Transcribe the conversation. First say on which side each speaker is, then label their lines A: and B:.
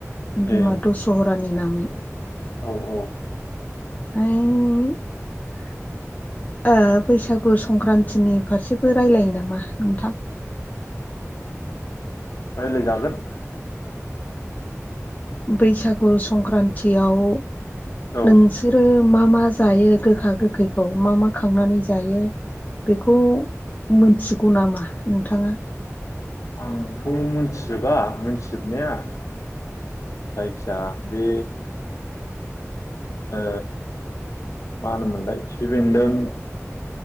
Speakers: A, on the left; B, on the left.
A: बिमा
B: ए
A: दसहरानि नाम <unintelligible>
B: औ औ।
A: <unintelligible> ओ बैसागु संक्रान्तिनि फारसेबो रायलायो नामा नोंथां?
B: रायज्लायजागोन।
A: बैसागु संक्रान्तिआव
B: औ
A: नोंसोरो। मा मा जायो गोखा गोखैखौ? मा मा खांनानै जायो बेखौ मोनथिगौ नामा नोंथाङा?
B: आंथ' मिथिजोबा <unintelligible> <unintelligible> जायखिया बे ओ मा होनोमोनलाय खिफिबेन्दों